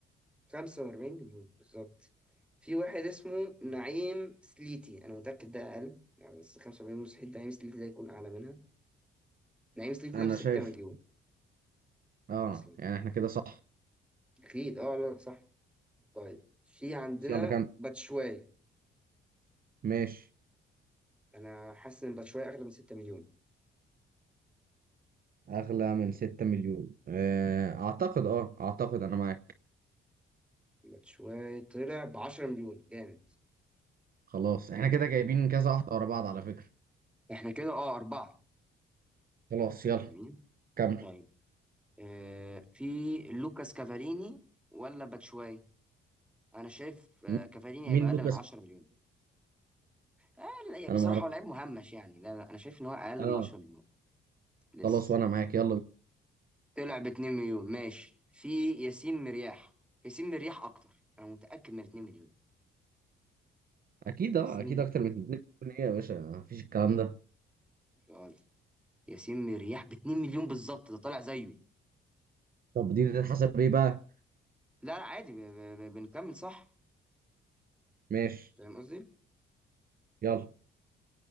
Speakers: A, in the centre; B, on the right (about 45°).
A: 45 مليون بالظبط في واحد اسمه نعيم سليتي أنا متأكد ده أقل يعني بس 45 مستحيل نعيم سليتي ده يكون أعلى منها نعيم سليتي
B: انا
A: ده ب 6
B: شايف
A: مليون
B: اه
A: أصلا
B: يعني احنا كده صح
A: أكيد أه لا صح طيب في عندنا
B: بس يلا كمل
A: باتشواي
B: ماشي
A: انا حاسس ان باتشواي اغلى من 6 مليون
B: اغلى من 6 مليون آه، اعتقد اه اعتقد انا معاك
A: باتشواي طلع ب 10 مليون جامد
B: خلاص احنا كده
A: طيب.
B: جايبين كذا واحدة ورا بعض على فكرة
A: احنا كده اه اربعة
B: خلاص يلا
A: جميل
B: كمل
A: طيب آه في لوكاس كافاليني ولا باتشواي انا شايف آه
B: م-
A: كافاليني هيبقى
B: مين
A: اقل
B: لوكاس
A: من 10 مليون آه لا، بصراحة
B: انا ما اعرف
A: هو لعيب مهمش يعني لا لا، انا شايف ان هو اقل
B: اه
A: من 10 مليون لسه
B: خلاص وانا معاك يلا بينا
A: طلع ب 2 مليون ماشي في ياسين مرياح ياسين مرياح اكتر انا متأكد من 2 مليون
B: اكيد اه
A: ياسين
B: اكيد اكتر من 2 مليون ايه يا باشا مفيش الكلام ده
A: آه، ياسين مرياح ب 2 مليون بالظبط ده طالع زيه
B: طب دي تتحسب ايه بقى
A: لا لا عادي ب- ب- بنكمل صح
B: ماشي
A: فاهم قصدي؟
B: يلا